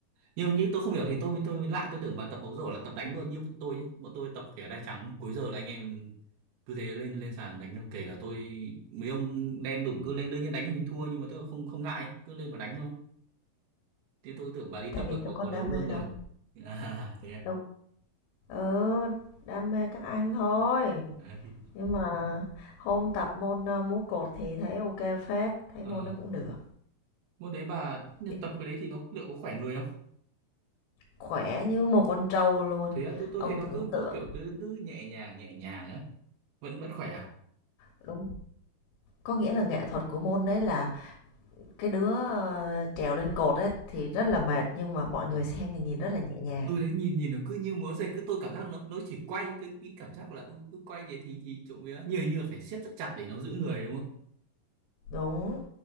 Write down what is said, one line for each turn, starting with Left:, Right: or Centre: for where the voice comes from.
Right: nhưng như tôi không hiểu thì tôi mới tôi mới lạ tôi tưởng bà tập bóng rổ là tập đánh luôn như bọn tôi nhé bọn tôi tập kể đai trắng cuối giờ là anh em cứ thế lên lên sàn đánh thôi. kể cả tôi mấy ông đen đủng cứ lên đương nhiên đánh thì mình thua nhưng mà tôi không không ngại ấy. cứ lên mà đánh thôi thế tôi tưởng bà đi tập
Left: tại vì
Right: là
Left: tôi
Right: có có
Left: có đam
Right: đấu luôn
Left: mê
Right: rồi
Left: đâu
Right: <laughs> à, thế à,
Left: đâu ừ đam mê các anh thôi
Right: à thì
Left: Nhưng mà hôm tập môn, a, múa cột thì thấy ok kê phết, thấy
Right: ờ
Left: môn nó cũng được.
Right: môn đấy bà
Left: Ki
Right: tập cái đấy thì nó liệu có khỏe người không
Left: khỏe như một con trâu luôn.
Right: thế à, tôi tôi
Left: Ông
Right: thấy nó
Left: tưởng
Right: cứ
Left: tượng
Right: cứ kiểu cứ cứ nhẹ nhàng nhẹ nhàng á vẫn vẫn khỏe à
Left: đúng, có nghĩa là nghệ thuật của môn đấy là cái đứa, ơ, trèo lên cột ấy thì rất là mệt nhưng mà mọi người
Right: Ờ.
Left: xem thì nhìn rất là nhẹ nhàng.
Right: ừ đấy nhìn nhìn nó cứ như múa dây cứ tôi cảm giác nó nó chỉ quay tôi nghĩ cảm giác là ui, cứ quay vậy thì thì trộm vía như như là phải siết rất chặt để nó giữ người đúng không
Left: Đúng.